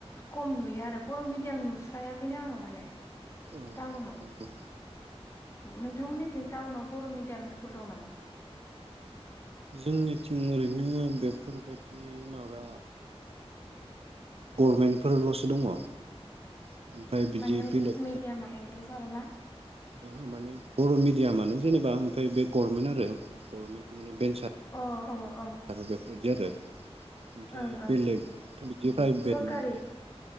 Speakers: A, on the left; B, on the right.
A: खम नुयो आरो बर' मिडियाम नुस्रायाखैनो आङो माने
B: औ
A: टाउनाव
B: नंगौ
A: नोंथांमोननिथिं टाउनाव बर' मिडियाम स्कुल दं नामा
B: जोंनिथिं ओरैनो बेफोरबायदि माबा गभमेन्टफोरल'सो दङ ओमफ्राय बिदि
A: माने मिडियामा
B: बेलेग
A: इंलिस आर ना
B: ओ माने बर' मिडियामानो जेनेबा ओमफ्राय बे गभरमेन्ट आरो गभरमेन्ट बेन्सार
A: अ अ अ
B: आरो बेफोर आरो ओमफ्राय
A: ओं ओं
B: बेलेगथ' बिदि प्राइभेट
A: सरकारि
B: माने